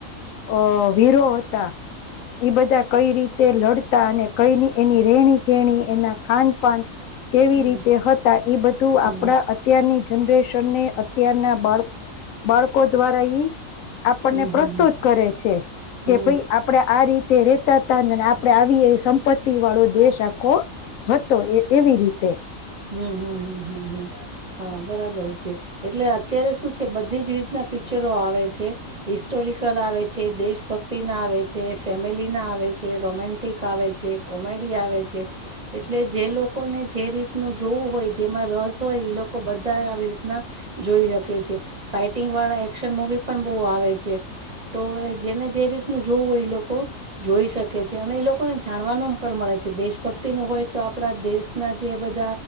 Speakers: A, on the left (about 75°); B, on the right (about 40°).
A: અ વીરો હતા. એ બધા કઈ રીતે લડતા અને કઈ એની રહેણી કેણી એના ખાનપાન, કેવી
B: હમ.
A: રીતે હતા એ બધું
B: હમ
A: આપણા અત્યારની જનરેશન ને. અત્યારના બાળ બાળકો દ્વારા ઈ આપણને
B: હમ હમ હમ હમ
A: પ્રસ્તુત કરે છે. કે
B: હમ
A: ભાઈ આપણેે આ રીતે રેતા હતા આપે આવી એ સંપત્તિ વાળો દેશ આખો હતો એ એવી રીતે.
B: હમ્મ હમ્મ હમ્મ હમ્મ. હા બરાબર છે એટલે અત્યારે શું છે બધી જ રીતના પિક્ચરો આવે છે હિસ્ટો. રિકલ આવે છે દેશભક્તિ ના આવે છે ફેમિલી ના આવે છે રોમેન્ટિક આવે છે. મળી આવે છે એટલે જે લોકોને જે રીતે. જોવું હોય જેમાં રસ હોય લોકો બધા આવી રીતના જોઈ શકે છે ફઇટિંગ એકશન મુવી પણ બહુ આવે છે તો જેને જે રીતનું જોવું હોય એ. જોઈ શકે છે, અને એ લોકોને જાણવાનું પણ મળે છે દેશભક્તિનું હોય તો આપણા દેશના જે બધા.